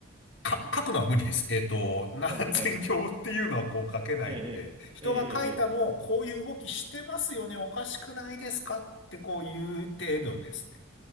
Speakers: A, on the left; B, on the right.
A: か、書くのは無理です。えっと、<laughs> 何千行っていうのはこう書けないので、
B: あ、はい、はい。ええ、
A: 人が書いたのをこういう動きしてますよね、
B: ええ、ええ、ええ。
A: おかしくないですかってこういう程度ですね。